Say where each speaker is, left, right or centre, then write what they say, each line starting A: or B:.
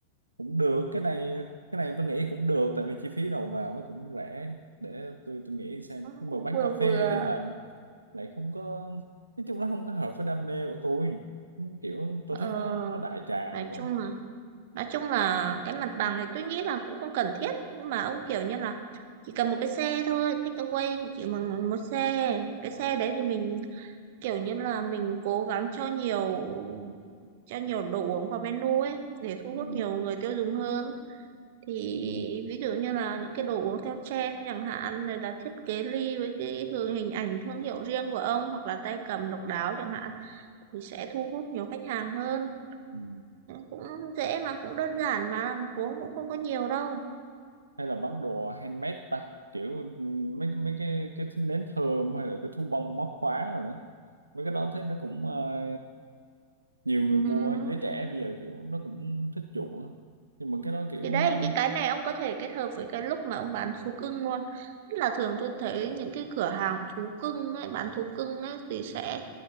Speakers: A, on the right (about 85°); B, on the right (about 50°).
A: cũng được cái này cái này tôi nghĩ cũng được tại vì chi phí đầu vào nó cũng rẻ để tôi tôi nghĩ xem nhưng
B: cũng cũng
A: mà bán
B: vừa
A: cà phê
B: vừa
A: thì lại lại không có nói chung nó không có hợp với đam mê của tôi kiểu tôi
B: ờ,
A: thấy nó nó đại trà
B: nói
A: quá
B: chung là nói chung là cái mặt bằng này tôi nghĩ là cũng không cần thiết nhưng mà ông kiểu như là chỉ cần một cái xe thôi take away thì chỉ bằng bằng một xe cái xe đấy thì mình kiểu như là mình cố gắng cho nhiều cho nhiều đồ uống vào menu ấy để thu hút
A: ừ.
B: nhiều người tiêu dùng hơn thì
A: Ừ.
B: ví dụ như là những cái đồ uống theo trend chẳng hạn rồi là thiết kế ly với cái hương hình ảnh thương hiệu riêng của ông hoặc là tay cầm độc đáo chẳng hạn thì sẽ thu hút nhiều khách hàng hơn
A: Ừ.
B: cũng dễ mà cũng đơn giản mà vốn cũng không có nhiều đâu
A: hay là bán đồ handmade ta kiểu ừ, mấy mấy cái cái nến thơm hay là cái thú bông móc khóa rồi nữa mấy cái đó thấy nó cũng ờ, nhiều người
B: ừ.
A: mua giới trẻ bây giờ kiểu nó cũng thích chuộng á nhưng mà cái đó kiểu
B: Thì đấy,
A: nó
B: cái cái này ông có thể kết hợp với cái lúc mà ông bán thú cưng luôn. Tức là thường tôi thấy những cái cửa hàng thú cưng ấy, bán thú cưng ấy thì sẽ